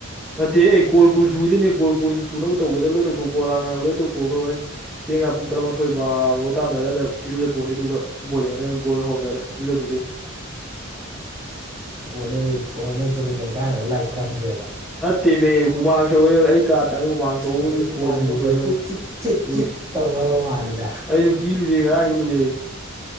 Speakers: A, in the centre; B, on the right.
A: ꯅꯠꯇꯦ ꯑꯩ ꯀꯣꯜ ꯀꯨꯜ ꯁꯨꯗꯣꯏꯅꯦ ꯀꯣꯜ ꯀꯨꯜ ꯁꯨꯅꯕ ꯇꯧꯒꯦꯗ ꯂꯣꯏ ꯇꯧꯊꯣꯛ ꯀꯣꯜ ꯂꯥꯟꯅ ꯂꯣꯏ ꯇꯧꯊꯣꯛꯑꯒ ꯍꯣꯔꯦꯟ ꯊꯦꯡꯉ ꯄꯨꯡ ꯇꯔꯥꯃꯊꯣꯏꯕꯥꯔꯣ ꯇꯥꯔꯝꯗꯥꯋꯥꯏꯗ ꯏꯔꯨꯖꯊꯑꯅꯤ ꯑꯗꯨꯒ ꯕꯣꯂꯤꯡꯉꯗ ꯕꯣꯜ ꯍꯧꯔꯝꯗꯥꯏꯗ ꯏꯔꯨꯖ ꯊꯣꯛꯇꯦ
B: <unintelligible> ꯄ꯭ꯔꯣꯇꯨꯀꯣꯜ ꯀꯥꯏꯅꯕ ꯂꯥꯏ ꯈꯨꯣꯏꯔꯝꯗꯦꯕ
A: ꯅꯦꯃꯦ ꯍꯨꯃꯥꯡꯁ ꯑꯣꯏ ꯑꯩ ꯀꯥ ꯆ ꯍꯨꯃꯥꯡ ꯁꯗꯤ
B: ꯑꯩ ꯑꯗꯨꯝ
A: ꯕꯣꯜ
B: ꯃꯥꯟꯗꯦꯗ
A: ꯌꯦꯡꯉꯝꯃꯣꯏꯣ
B: ꯆꯤꯠ ꯆꯤꯠ ꯆꯤꯠ
A: ꯑꯗꯨꯒꯤꯅꯤ
B: ꯆꯤꯠ ꯇꯧꯅꯕ ꯃꯥꯜꯂꯤꯗ
A: ꯑꯩ ꯅꯨꯡꯇꯤ ꯂꯨꯖꯩ ꯀꯌꯥ ꯀꯂꯨꯖ